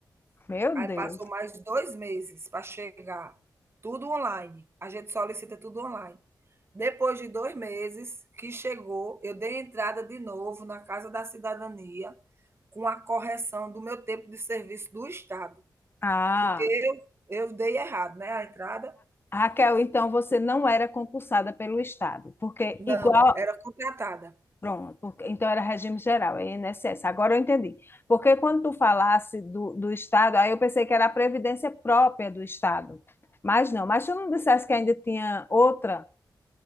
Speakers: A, on the left; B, on the right.
A: Meu
B: Aí
A: Deus.
B: passou mais dois meses para chegar, tudo online. A gente solicita tudo online. Depois de dois meses que chegou, eu dei entrada de novo na Casa da Cidadania com a correção do meu tempo de serviço do Estado,
A: Ah,
B: porque eu, eu dei errado, né? A entrada,
A: Raquel, então você não era concursada pelo Estado, porque
B: não,
A: igual
B: era contratada.
A: Pronto, porque- então era regime geral, é INSS. Agora eu entendi. Porque quando tu falasse do, do Estado, aí eu pensei que era a previdência própria do Estado. Mas não, mas tu não dissesse que ainda tinha outra,